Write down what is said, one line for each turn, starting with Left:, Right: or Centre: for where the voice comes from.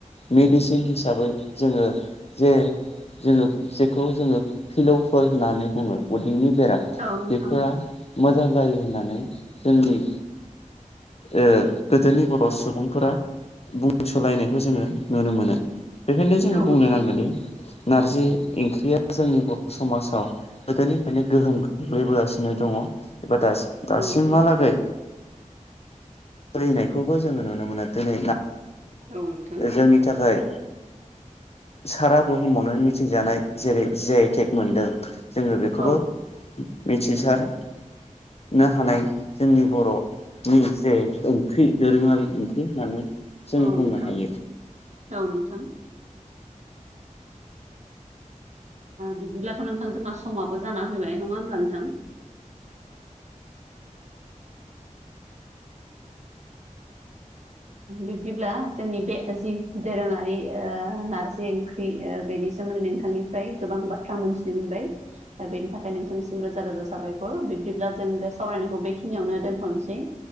Left: मेडिसिन हिसाबै जोङो जे जोङो जेखौ जोङो फिलौफोर होननानै बुङो उदैनि बेराम
Right: औ नोंथां
Left: बेफोरा मोजां जायो होननानै जोंनि ओ गोदोनि बर' सुबुंफोरा बुंसोलायनायखौ जोङो नुनो मोनो बेखायनो जोङो
Right: औ
Left: बुंनो
Right: नोंथां
Left: नांगोननि नारजि ओंख्रिया जोंनि बर' समाजाव गोदोनिफ्रायनो गोहोम गोग्लैबोगासिनो दङ एबा दासिमहालागै
Right: औ नोंथां औ नोंथां
Left: सोलिनायखौबो जोङो नुनो मोनो दिनै
Right: औ नोंथां औ नोंथां औ नोंथां
Left: जोंनि थाखाय सारा बुहुमावनो मिथिजानाय जेरै जि आइ टेक मोनदों जोङो बेखौबो
Right: औ
Left: मिथिसारनो हानाय जोंनि बर' नि जे ओंख्रि दोरोङारि ओंख्रै होननानै जोङो
Right: औ
Left: बुंनो
Right: नोंथां
Left: हायो
Right: औ नोंथां बिदिब्लाथ' नोंथां जोंना समाबो जाना फैबाय नङा होमब्ला नोंथां बिदिब्ला जोंनि बे जि दोरोङारि नारजि बेनि सोमोन्दै नोंथांनिफ्राय गोबां बाथ्रा मोनथिनो मोनबाय दा बेनि थाखाय नोंथांसिम रोजा रोजा साबायखर बिब्दिब्ला जों बे सावरायनायखौ बेखिनियावनो दोनथ'नोसै